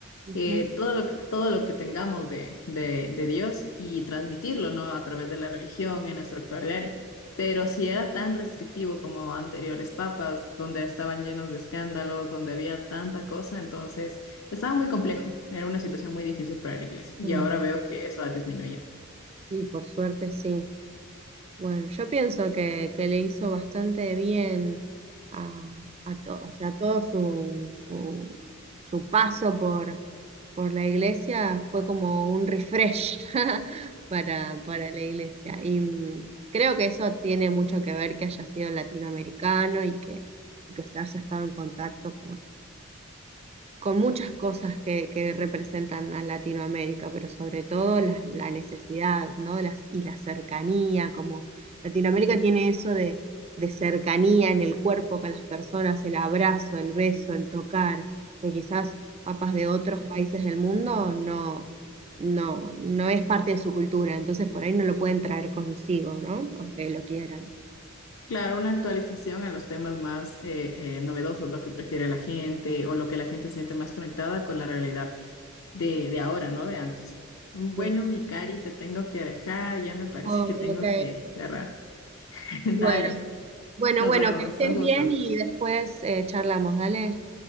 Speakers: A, on the right; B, on the left.
A: ujú,
B: eh, todo lo que, todo lo que tengamos de, de, de Dios y transmitirlo, ¿no? A través de la religión en nuestro actuar diario. Pero si era tan restrictivo como anteriores papas, donde estaban llenos de escándalos, donde había tanta cosa, entonces estaba muy complejo, era una situación muy difícil para la iglesia y
A: eh,
B: ahora veo que eso ha disminuido.
A: sí, por suerte sí. Bueno, yo pienso que, que le hizo bastante bien a, a todo, o sea, todo su, su, su paso por, por la iglesia fue como un refresh <laughs> para, para la iglesia. Y mm, creo que eso tiene mucho que ver que haya sido latinoamericano y que, y que haya estado en contacto con muchas cosas que, que representan a Latinoamérica, pero sobre todo la, la necesidad, ¿no? Las, y la cercanía, como Latinoamérica tiene eso de, de cercanía en el cuerpo con las personas, el abrazo, el beso, el tocar, que quizás papas de otros países del mundo no, no, no es parte de su cultura, entonces por ahí no lo pueden traer consigo, ¿no? Aunque lo quieran.
B: Claro, una actualización a los temas más eh, eh, novedosos, lo que prefiere la gente o lo que la gente siente más conectada con la realidad de, de ahora, no de antes. Bueno,
A: Sí.
B: mi Cari, te tengo que dejar, ya me parece
A: Ay,
B: que tengo
A: ok.
B: que cerrar. <laughs> Dale,
A: Bueno, Bueno,
B: nos
A: bueno,
B: vemos,
A: que estés
B: un gusto.
A: bien y después eh, charlamos, dale.